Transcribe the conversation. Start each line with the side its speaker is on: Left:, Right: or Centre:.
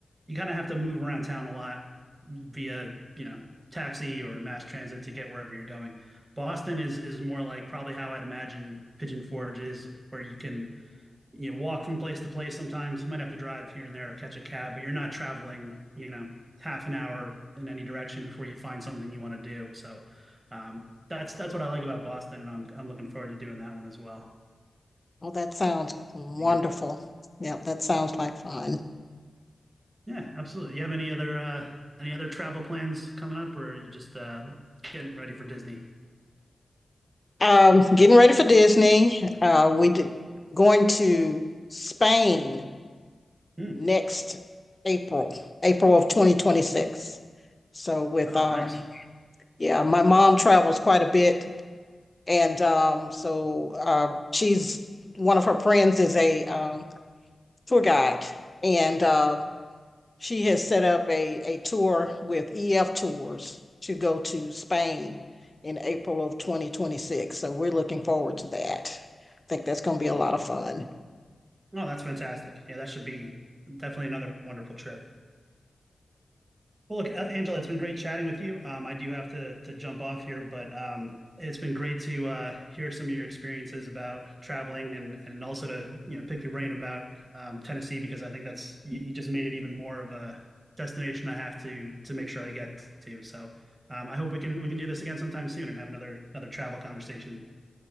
Right: you kind of have to move around town a lot via you know taxi or mass transit to get wherever you're going. Boston is is more like probably how I'd imagine Pigeon Forge is, where you can you walk from place to place sometimes you might have to drive here and there or catch a cab but you're not traveling you know half an hour in any direction before you find something you want to do so um, that's that's what i like about boston and i'm i'm looking forward to doing that one as well
Left: Oh, that sounds wonderful.
Right: be good
Left: Yep, that sounds like fun.
Right: yeah absolutely you have any other uh any other travel plans coming up or are you just uh getting ready for disney
Left: um, getting ready for Disney. Uh, we did going to Spain
Right: Hmm.
Left: next April, April of 2026. So with
Right: oh
Left: um,
Right: nice
Left: yeah, my mom travels quite a bit, and um, so um, she's one of her friends is a um, tour guide, and um, she has set up a, a tour with EF Tours to go to Spain in April of 2026. So we're looking forward to that. I think that's going to be a lot of fun.
Right: oh that's fantastic yeah that should be definitely another wonderful trip Well, look, uh, Angela, it's been great chatting with you. Um, I do have to to jump off here, but um, it's been great to uh, hear some of your experiences about traveling and and also to you know pick your brain about um, Tennessee because I think that's you, you just made it even more of a destination I have to to make sure I get to. So um, I hope we can we can do this again sometime soon and have another another travel conversation.